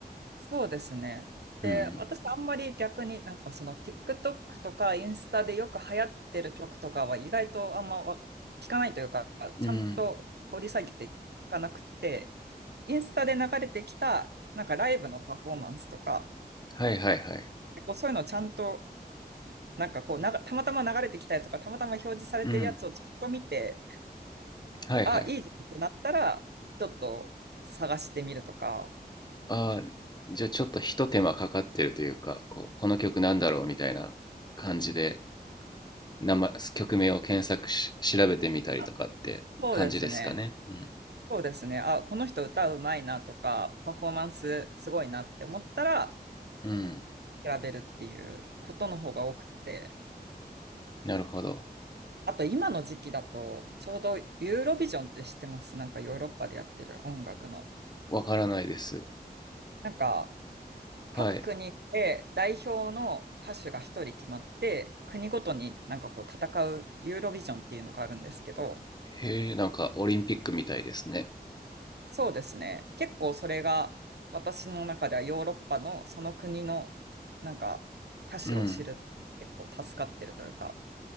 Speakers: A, on the right; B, on the left.
A: そうですね。で、
B: うん、
A: 私あんまり逆になんかその TikTok とかインスタでよく流行ってる曲とかは意外とあんまわ聞かないというか、
B: うん、
A: ちゃんと掘り下げていかなくて、インスタで流れてきたなんかライブのパフォーマンスとか、
B: はいはいはい、
A: 結構そういうのをちゃんとなんかこうながたまたま流れてきたやつとか、たまたま表示されてるやつをちゃんと見て、
B: うん、はいはい。
A: あ、いいじゃんってなったら、ちょっと探してみるとか。
B: ああ、じゃあちょっとひと手間かかってるというか、こう、この曲なんだろうみたいな感じで、名前、曲名を検索し、調べてみたりとかって感じですかね。
A: あ、そうですね。
B: うん、
A: そうですね。あ、この人歌うまいなとか、パフォーマンスすごいなって思ったら、
B: うん、
A: 調べるっていうことの方が多くて。
B: なるほど。
A: あと今の時期だと、ちょうどユーロビジョンって知ってますなんかヨーロッパでやってる音楽の。
B: わからないです。
A: なんか、各国で代表の歌手が一人決まって、
B: はい。
A: 国ごとになんかこう戦うユーロビジョンっていうのがあるんですけど、
B: へえ、なんかオリンピックみたいですね。
A: そうですね。結構それが私の中ではヨーロッパのその国のなんか歌手を知る結構助かってるというか、
B: うん。